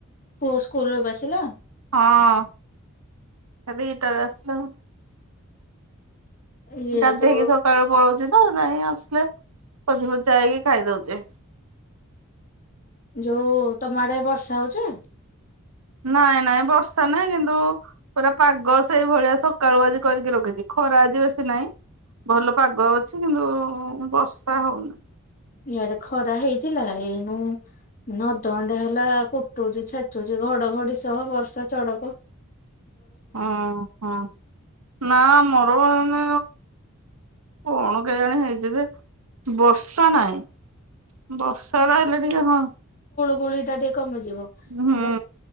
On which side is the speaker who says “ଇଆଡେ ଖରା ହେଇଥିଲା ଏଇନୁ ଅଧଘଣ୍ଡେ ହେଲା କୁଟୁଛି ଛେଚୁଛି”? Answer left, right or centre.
Left